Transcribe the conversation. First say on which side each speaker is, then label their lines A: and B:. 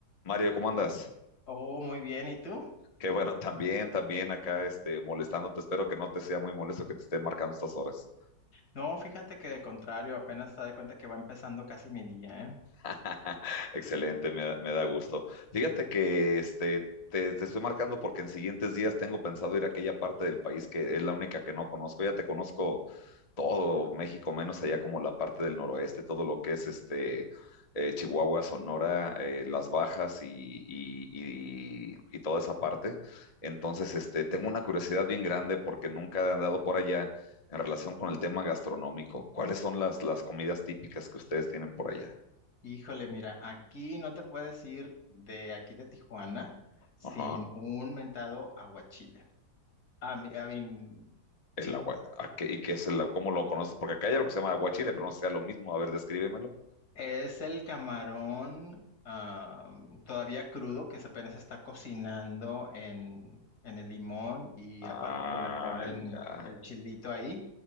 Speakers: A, on the left; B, on the left.
A: Mario, ¿cómo andas?
B: Oh, oh, muy bien, ¿y tú?
A: Qué bueno, también, también acá este, molestándote. Espero que no te sea muy molesto que te esté marcando estas horas.
B: No, fíjate que de contrario, apenas te das cuenta que va empezando casi mi día, ¿eh?
A: <laughs> Excelente, me da, me da gusto. Fíjate que este, te, te estoy marcando porque en siguientes días tengo pensado ir a aquella parte del país que es la única que no conozco. Ya te conozco todo México, menos allá como la parte del noroeste, todo lo que es este eh, Chihuahua, Sonora, eh, Las Bajas y, y- y- y toda esa parte. Entonces, este, tengo una curiosidad bien grande porque nunca he andado por allá en relación con el tema gastronómico. ¿Cuáles son las, las comidas típicas que ustedes tienen por allá?
B: Híjole, mira, aquí no te puedes ir de aquí de Tijuana sin
A: Ajá.
B: un mentado aguachile. A mí, a mí,
A: El
B: sí,
A: agua, ¿a qué- ¿y qué es el agua? ¿Cómo lo conoces? Porque acá hay algo que se llama aguachile, pero no sea lo mismo. A ver, descríbemelo.
B: Es el camarón am, todavía crudo que se apenas está cocinando en, en el limón y
A: Ah,
B: aparte pues le ponen
A: ya.
B: el chilito ahí.